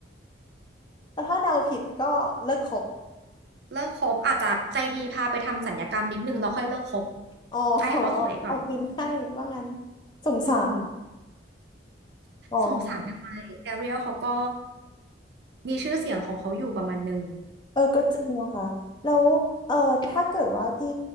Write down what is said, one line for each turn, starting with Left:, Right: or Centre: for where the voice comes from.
Left: แต่ถ้าเดาผิดก็เลิกคบ
Right: เลิกคบอาจจะใจดีพาไปทำสัญญกรรมนิดนึงแล้วค่อยเลิกคบ
Left: อ๋อ <laughs>
Right: ให้เขาสวยก่อน
Left: ออกเงินให้ว่างั้นสงสาร
Right: อืม
Left: อ๋อ
Right: สงสารทำไมแอเรียลเขาก็มีชื่อเสียงของเขาอยู่ประมาณนึง
Left: เออก็จริงนะคะแล้วเออถ้าเกิดว่าพี่